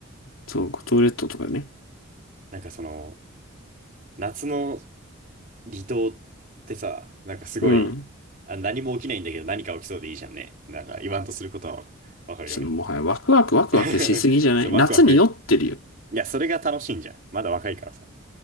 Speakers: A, on the left; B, on the right.
A: そう、五島列島とかね。
B: なんかその、夏の離島ってさ、なんかすごい、
A: うん。
B: あ、何も起きないんだけど何か起きそうでいいじゃんね。なんか言わんとすることはわかるよね。
A: そのもはやワクワクワクワクしすぎじゃない夏に酔ってるよ。
B: <laughs> そう、ワクワク。いや、それが楽しいんじゃん。まだ若いからさ。